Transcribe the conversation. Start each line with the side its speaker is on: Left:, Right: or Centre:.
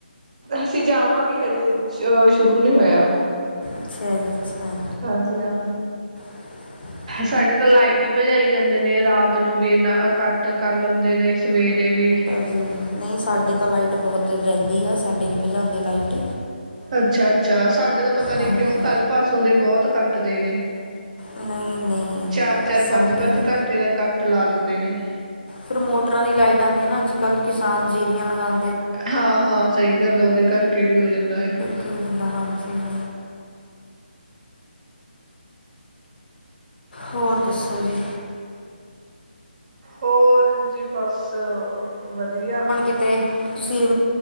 Right: ਅਸੀ ਜਾਵਾਂਗੇ ਹਜੇ ਅ ਸ਼ੁਰੂ ਨੀ ਹੋਇਆ।
Left: ਅੱਛਾ ਜੀ ਅੱਛਾ।
Right: ਹਾਂਜੀ ਹਾਂ।
Left: <inaudible>
Right: ਸਾਡੇ ਤਾਂ ਲਾਈਟ ਹੀ ਭਜਾਈ ਜਾਂਦੇ ਨੇ ਰਾਤ ਨੂੰ ਵੀ ਏਨਾ ਕੱਟ ਕਰ ਲੈਂਦੇ ਨੇ। ਸਵੇਰੇ ਵੀ।
Left: ਨਹੀ ਸਾਡੇ ਤਾਂ ਲਾਈਟ ਬਹੁਤ ਰਹਿੰਦੀ ਆ ਸਾਡੇ ਨਹੀ ਭਜਾਉਂਦੇ ਲਾਈਟ।
Right: ਅੱਛਾ- ਅੱਛਾ, ਸਾਡੇ ਤਾਂ ਪਤਾ ਨੀ
Left: ਹਾਂਜੀ
Right: ਕਿਉਂ ਕੱਲ ਪਰਸੋਂ ਦੇ ਬਹੁਤ ਕੱਟਦੇ ਨੇ।
Left: ਨਹੀਂ ਨਹੀਂ
Right: ਚਾਰ- ਚਾਰ,
Left: ਸਾਡੇ
Right: ਪੰਜ- ਪੰਜ
Left: ਨਹੀਂ
Right: ਘੰਟੇ ਦਾ ਕੱਟ ਲਾ ਲੈਂਦੇ ਨੇ।
Left: ਫਿਰ ਮੋਟਰਾਂ ਦੀ ਲਾਈਟ ਆਉਂਦੀ ਆ ਨਾ ਅੱਜ ਕੱਲ੍ਹ ਕਿਸਾਨ ਜੀਰੀਆਂ ਲਗਾਉਂ
Right: ਹਾਂ-ਹਾਂ ਸਹੀ ਗੱਲ ਆ, ਉਹਦੇ ਕਰਕੇ ਵੀ ਹੋ ਜਾਂਦਾ ਹੈ।
Left: ਕਿ ਹੋ ਜਾਂਦਾ, ਹਾਂਜੀ ਹਾਂ। ਹੋਰ ਦੱਸੋ ਜੀ?
Right: ਹੋਰ ਜੀ ਬਸ ਵਧੀਆ।
Left: ਕਿਤੇ। ਤੁਸੀ